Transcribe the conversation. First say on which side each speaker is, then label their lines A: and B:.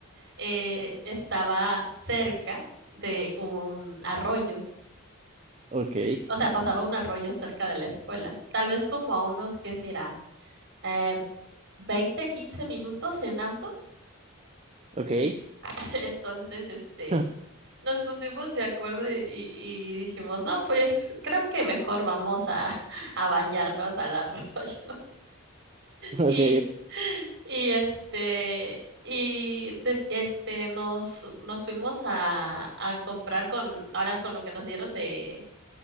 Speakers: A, on the right (about 50°); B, on the right (about 30°).
A: eh, estaba cerca de un arroyo,
B: Ok,
A: o sea, pasaba un arroyo cerca de la escuela, tal vez como a unos, ¿qué será? Eh, 20, 15 minutos en auto.
B: ok,
A: <laughs> Entonces, este,
B: <laughs> ok,
A: nos pusimos de acuerdo y, y dijimos, no, pues creo que mejor vamos a, <laughs> a bañarnos al arroyo.
B: ok.
A: Y, y este, y des- este, nos, nos fuimos a, a comprar con, ahora con lo que nos dieron de,